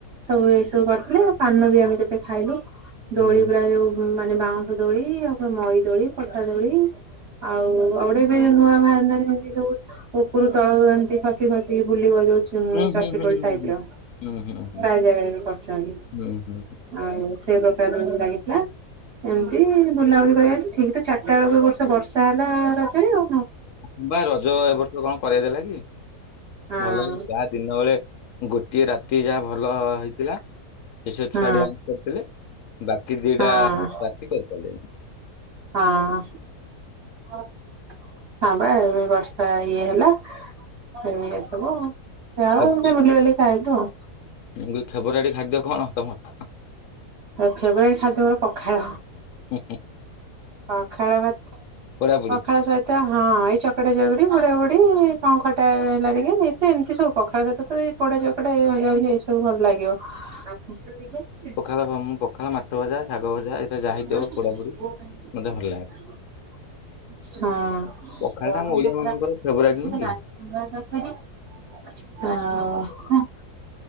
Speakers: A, on the right (about 45°); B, on the left (about 65°).
A: ସବୁ ଏଇ ସବୁ କରିଥିଲେ ଆଉ ପାନ ବି ଆମେ କେତେ ଖାଇଲୁ।
B: ହୁଁ
A: ଦୋଳି ପୁରା ଯୋଉ ମା ବାଉଁଶ ଦୋଳି ଆଉ ମଇ ଦୋଳି ପଟା ଦୋଳି ଆଉ ଆଉଟେ ଏବେ ନୂଆ ନୂଆ ଯୋ <unintelligible> ଉପରୁ ତଳ ଖସନ୍ତି। ମାସିକି ବୁଲିବା ଯାଉ
B: ହୁଁ
A: ଚକ୍ରୀଦୋଳି
B: ହୁଁ ହୁଁ ହୁଁ
A: ଟାଇପ
B: ହୁଁ।
A: ର
B: ହୁଁ ହୁଁ ହୁଁ
A: ଡଙ୍ଗା ଦୋଳି ବି କରିଚନ୍ତି।
B: ହୁଁ ହୁଁ
A: ଆଉ ସେଇ ପଟାଦୋଳି ଲାଗିଥିଲା ଏମିତି ବୁଲାବୁଲି କରିବା ଠିକ ତ ଚାରିଟା ବେଳକୁ ବର୍ଷ ବର୍ଷା ହେଲା ରଜରେ ଆଉ।
B: ହଁ ବା ରଜ ଏ ବର୍ଷ କଣ କରେଇ ଦେଲା କି?
A: ହଁ
B: ଭଲ ଯାହା ଦିନ ବେଳେ ଗୋଟିଏ ରାତି ରାତି ଯାହା ଭଲ ହେଇଥିଲା ସେ ଛୁଆଡ୍ୟାନ୍ସ
A: ହଁ
B: କରିଥିଲେ ବାକି ଦିଟା
A: ହଁ
B: ରାତି କରିପାରିଲେନି।
A: ହଁ ହଁ ବା ଏ ବର୍ଷା ଇଏ ହେଲା ସେଇ ସବୁ ଆଉ । ଯାହା
B: ଫେବୃଆରୀ
A: ହେଉ ବୁଲିବାଲିକି ଆଇଲୁ। <unintelligible>
B: ମୁଁ କହିଲି ଫେବରାଇଟ ଖାଦ୍ୟ କଣ ତମର?
A: ଫେବରାଇଟ୍ ଖାଦ୍ୟ ମୋର ପଖାଳ।
B: ହୁଁ,
A: ପଖାଳ ଭାତ
B: ପୋଡାପୋଡି
A: ପଖାଳ ସହିତ ହଁ ଏଇ ଚକଟା ଚକଟି। ପୋଡାପୋଡି କଣ ଖଟା ହେଲା ଟିକେ ସେ ଏମିତି ସବୁ ପଖାଳ ସହିତ ତ ଏଇ ପୋଡା ଚକଡା ଭଜା ଭଜି ଏଇ ସବୁ ସବୁ ଭଲ ଲାଗିବ।
B: ହ ମୁଁ ପଖାଳ ମାଛ ଭଜା।
A: ହଁ
B: ଶାଗ ଭଜା ଏଇଟା ଯାହା ହେଇଥିବ ପୋଡାପୋଡି ମତେ ଭଲ ଲାଗେ
A: ଆଉ।
B: ପଖାଳଟା ଆମ ଓଡିଆ ମାନଙ୍କର ଫେବରାଇଟ ନୁହେଁ କି?